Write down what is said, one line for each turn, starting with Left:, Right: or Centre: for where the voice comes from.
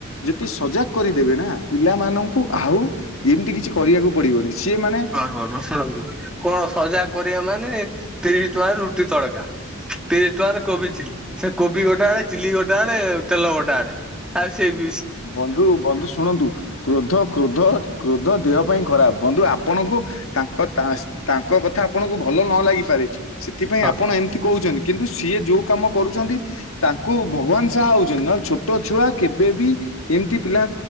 Left: ଯେତେ ସଜାକ କରିଦେବେ ନା ପିଲାମାନଙ୍କୁ ଆଉ ଏମିତି କିଛି କରିବାକୁ ପଡିବନି ସିଏ ମାନେ।
Centre: ହଁ ରସାଲନ୍ତୁ। କଣ ସଜାଗ କରିବା ମାନେ ତିରିଶି ଟଙ୍କାରେ ରୁଟି ତଡକା। ତିରିଶି ଟଙ୍କାରେ କୋବି ଚିଲି ସେ କୋବି ଗୋଟେ ଆଡେ ଚିଲି ଗୋଟେ ଆଣେ ତେଲ ଗୋଟେ ଆଡେ। ଆଉ ସେ ବି।
Left: ବନ୍ଧୁ ବନ୍ଧୁ ଶୁଣନ୍ତୁ କ୍ରୋଧ କ୍ରୋଧ। କ୍ରୋଧ ଦେହ ପାଇଁ ଖରାପ ବନ୍ଧୁ ଆପଣଙ୍କୁ। ତାଙ୍କ ତାସ ତାଙ୍କ କଥା ଆପଣଙ୍କୁ ଭଲ ନ ଲାଗିପାରେ ସେଥିପାଇଁ
Centre: ହଁ
Left: ଆପଣ ଏମିତି କହୁଛନ୍ତି। କିନ୍ତୁ ସିଏ ଯୋଉ କାମ କରୁଛନ୍ତି ତାଙ୍କୁ ଭଗବାନ ଶାହା ହଉଛନ୍ତି ନହେଲେ ଛୋଟ ଛୁଆ କେବେବି ଏମିତି ପିଲା